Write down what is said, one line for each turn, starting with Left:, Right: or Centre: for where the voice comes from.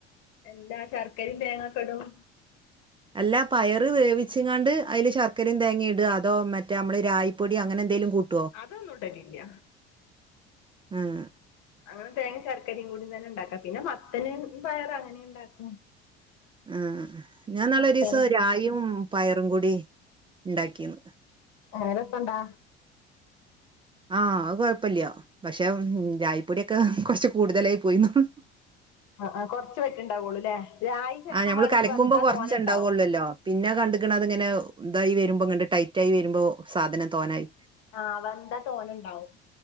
Left: എല്ലാ ശർക്കരയും തേങ്ങക്കെടും
Right: അല്ലാ പയറ് വേവിച്ചങ്ങാണ്ട് അതില് ശർക്കരയും തേങ്ങുയും ഇടോ അതോ മറ്റേ നമ്മള് രായപ്പൊടി അങ്ങനെ എന്തെങ്കലും കൂട്ട
Left: അതൊന്നുംട്ടരില്ല.
Right: ഉം
Left: അങ്ങനെ തേങ്ങ ശർക്കരയും കൂടി തന്നെ ഉണ്ടാക്കാം പിന്നെ മത്തന് പയർ അങ്ങനെ ഉണ്ടാക്കും
Right: ഉം ഞാൻ ഇന്നാള്ഒരീസം
Left: മത്തൻ
Right: രായും പയറും കൂടി ഉണ്ടാക്കിന്ന്
Left: വേറെപ്പന്താ
Right: ആഹ അത് കൊഴപ്പില്ല പക്ഷെ ചായപ്പൊടൊക്കെ കുറച്ച് കൂടുതലായി പോയിന്നള്ളൂ
Left: ആ കുറച്ച് വറ്റ്ണ്ടാവുള്ളൂ ല്ലേ. രായി ചെലപ്പോ
Right: ആഹ് ഞമ്മള്
Left: മാണെങ്കിവന്താ
Right: കലക്കുമ്പോ കൊറച്ച്
Left: തോന്ന ഉണ്ടാവും
Right: ഇണ്ടാവൊള്ളല്ലോ പിന്നെ കണ്ടിക്കണ അത് ഇങ്ങനെ ഇന്തായി വരുമ്പോ ഇങ്ങ ടൈറ്റ ആയി വരുമ്പോ സാധനം തോന്നായി
Left: ആഹ് വെന്താ തോന്ന ഉണ്ടാവും.